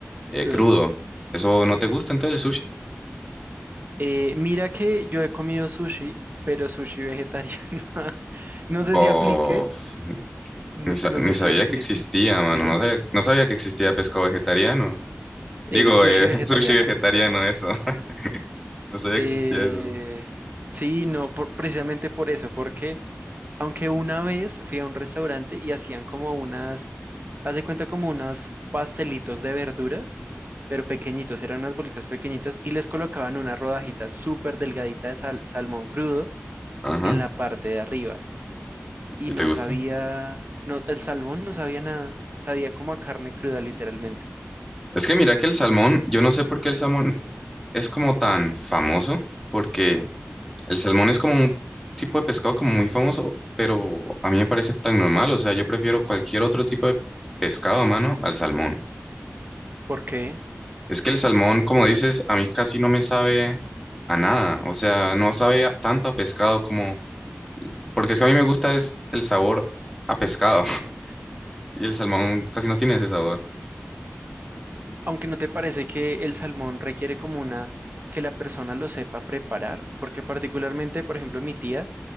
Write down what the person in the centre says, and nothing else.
eh,
crudo. ¿Eso no te gusta entonces el sushi?
Bof,
ni, sa-
ni
sabía
que existía, mano.
No sabía, no sabía que existía pescado vegetariano.
Digo,
eh, <laughs>
sushi vegetariano, eso. <laughs> No sabía
que existía eso.
Ajá.
¿Y
te gusta?
Es que mira que el salmón, yo no sé por qué el salmón es como tan famoso, porque El salmón es como un tipo de pescado como muy famoso, pero a mí me parece tan normal, o sea, yo prefiero cualquier otro tipo de pescado a mano al salmón.
Es que el salmón, como dices, a mí casi no me sabe a nada, o sea, no sabe a- tanto a pescado como, porque es que a mí me gusta es el sabor a pescado <laughs> y el salmón casi no tiene ese sabor.